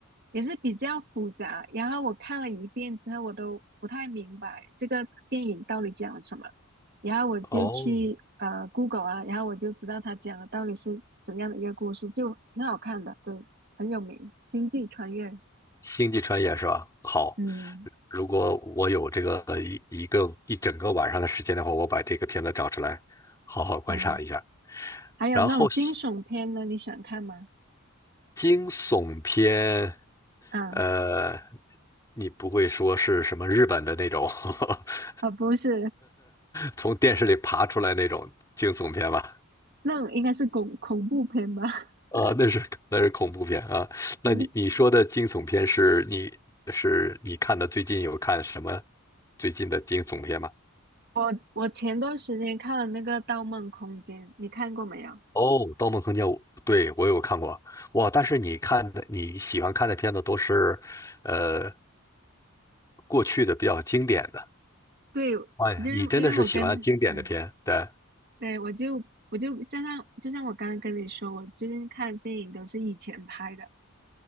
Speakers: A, on the right; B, on the left.
A: 也是比较复杂，然后我看了一遍之后，我都不太明白这个电影到底讲了什么，然后我就去呃
B: 哦，
A: Google 啊，然后我就知道它讲的到底是怎样的一个故事，就挺好看的，对，很有名，《星际穿越》，
B: 星际穿越是吧？好，
A: 嗯
B: 如果我有这个呃一一个一整个晚上的时间的话，我把这个片子找出来，好好观赏一下。
A: 嗯，还有那种惊悚片呢，
B: 然后喜
A: 你喜欢看吗？
B: 惊悚片，
A: 啊
B: 呃，你不会说是什么日本的那种 <laughs>
A: 啊，不是，
B: 从电视里爬出来那种惊悚片吧？
A: 那种应该是恐恐怖片吧。<laughs>
B: 啊，那是那是恐怖片啊。那你你说的惊悚片是你是你看的最近有看什么
A: 嗯。
B: 最近的惊悚片吗？
A: 我我前段时间看了那个《盗梦空间》，你看过没有？
B: 哦，《盗梦空间》我对，我有看过。哇，但是你看的你喜欢看的片子都是呃过去的比较经典的。
A: 对，
B: 哎，
A: 就是因为我跟嗯，
B: 你真的是喜欢经典的片，对
A: 对我就我就就像就像我刚刚跟你说，我最近看的电影都是以前拍的，